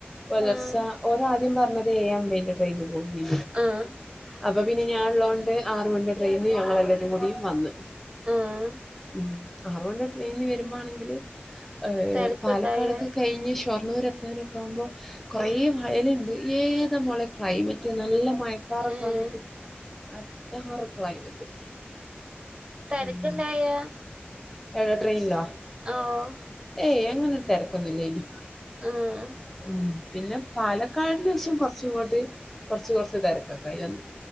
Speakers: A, in the centre; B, on the right.
A: പുലർച്ച
B: ആഹ്
A: ഓര് ആദ്യം പറഞ്ഞത് എഴെഅബിന്റെ ട്രെയിന് പോയി
B: ആഹ്
A: അപ്പൊ പിന്നെ ഉള്ളൊണ്ട് ആറ് മണിയുടെ ട്രെയിനി ഞങ്ങൾ എല്ലാവരും കൂടി വന്നു
B: ആഹ്
A: ഉം ആറ് മണിന്റെ ട്രെയിനിന് വരുമ്പോ ആണെങ്കില് ഏഹ്
B: തെരക്ക്ണ്ടായ
A: പാലക്കാടൊക്കെ കഴിഞ്ഞ് ഷൊർണ്ണൂർ എത്താനൊക്കാ ആ കുമ്പോ കൊറെേ
B: ഉം
A: മ അയലുണ്ട് ഏത് മോളെ ക്ലൈമറ്റ് നല്ല മയക്കാറൊക്കെ
B: ഏഹ്
A: വന്നിട്ട് അഡാറ് ക്ലൈമറ്റ്
B: തിരക്കുണ്ടായോ
A: ഉം എവിടെ ട്രെയിനിലോ
B: ആഹ്
A: ഏയ് അങ്ങനെ തിരക്കൊന്നും ഇല്ലയ്നി
B: ആഹ്
A: ഉം പിന്നെ പാലക്കാടിന് ശേഷം കൊറച്ച ഇങ്ങോട്ട് കുറച്ച് കുറച്ച് തെര കക്കായി വന്നു